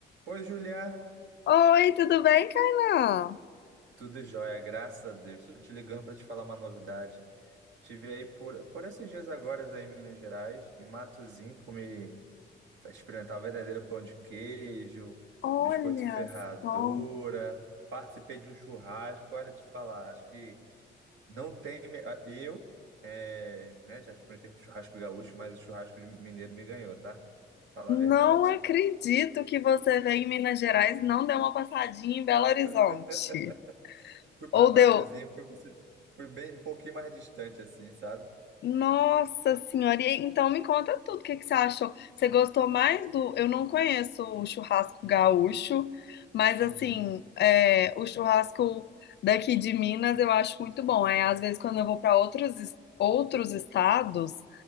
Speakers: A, on the right; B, on the left.
A: Oi, Julia.
B: Oi, tudo bem, Kainan?
A: Tudo jóia, graças a Deus. Estou te ligando para te falar uma novidade. Tive aí por, por esses dias agora aí em Minas Gerais, em Matozinhos, comi, experimentar verdadeiro pão de queijo,
B: Olha
A: biscoito ferradura,
B: só.
A: participei de um churrasco. Olha, te falar, acho que não tem. me- ah, Eu, é, né, já experimentei com churrasco gaúcho, mas o churrasco de mineiro me ganhou, tá? Falar
B: Não
A: a verdade.
B: acredito que você veio em Minas Gerais e não deu uma passadinha em Belo Horizonte.
A: <laughs> Fui para
B: Ou
A: Matozinhos,
B: deu,
A: fui, pra ci- fui bem um pouquinho mais distante, assim, sabe?
B: Nossa senhora, e então me conta tudo, o que que você achou? Você gostou mais do... Eu não conheço o churrasco gaúcho, mas
A: Uhum,
B: assim, é, o churrasco daqui de Minas eu acho muito bom. É, às vezes quando eu vou para outros, es- outros estados,